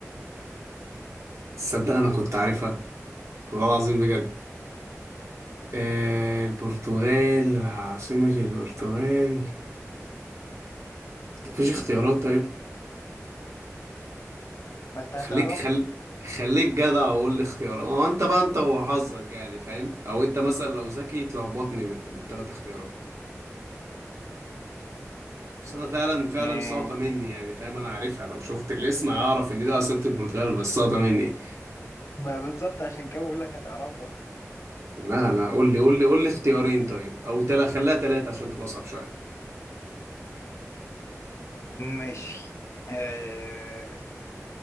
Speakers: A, on the right (about 65°); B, on the left (about 60°).
A: تصدق انا كنت عارفها والله العظيم بجد آه البرتغال عاصمة البرتغال مفيش اختيارات طيب
B: ما انت
A: خليك
B: هتعرفها
A: خلي خليك جدع وقول لي اختيارات هو انت بقى انت وحظك يعني فاهم او انت مثلا لو ذكي تلخبطني بالت... بالتلات اختيارات بس انا فعلا فعلا
B: مم.
A: ساقطه مني يعني فاهم انا عارفها لو شفت الاسم هعرف ان ده عاصمة البرتغال بس ساقطه مني
B: ما بالظبط عشان كده بقول لك هتعرفها
A: لا لا قول لي قول لي قول لي اختيارين طيب او تلا خليها تلاتة عشان تبقى اصعب شويه
B: ماشي آه